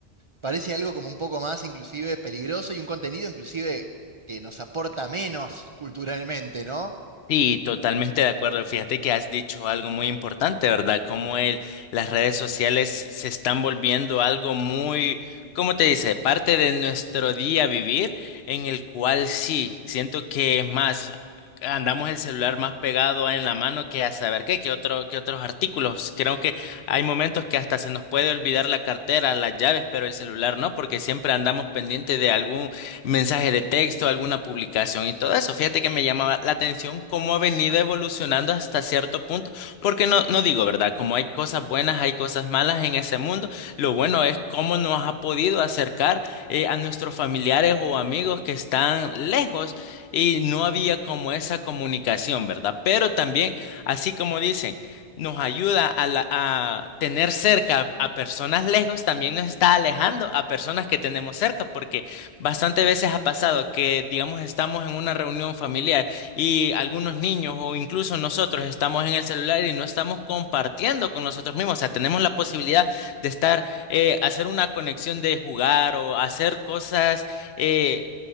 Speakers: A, on the right; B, on the left.
A: Parece algo como un poco más inclusive peligroso y un contenido inclusive que nos aporta menos culturalmente, ¿no?
B: Sí, totalmente de acuerdo. Fíjate que has dicho algo muy importante, ¿verdad? Como el, las redes sociales se están volviendo algo muy, ¿cómo te dice? Parte de nuestro día vivir, en el cual sí, siento que es más, andamos el celular más pegado en la mano que a saber qué, que otro, que otros artículos. Creo que hay momentos que hasta se nos puede olvidar la cartera, las llaves, pero el celular no, porque siempre andamos pendiente de algún mensaje de texto, alguna publicación y todo eso. Fíjate que me llamaba la atención cómo ha venido evolucionando hasta cierto punto, porque no, no digo, ¿verdad? Como hay cosas buenas, hay cosas malas en ese mundo, lo bueno es cómo nos ha podido acercar eh, a nuestros familiares o amigos que están lejos y no había como esa comunicación, ¿verdad? Pero también, así como dicen, nos ayuda a, la- a tener cerca a personas lejos, también nos está alejando a personas que tenemos cerca, porque Bastante veces ha pasado que, digamos, estamos en una reunión familiar y algunos niños o incluso nosotros estamos en el celular y no estamos compartiendo con nosotros mismos. O sea, tenemos la posibilidad de estar, eh, hacer una conexión de jugar o hacer cosas eh,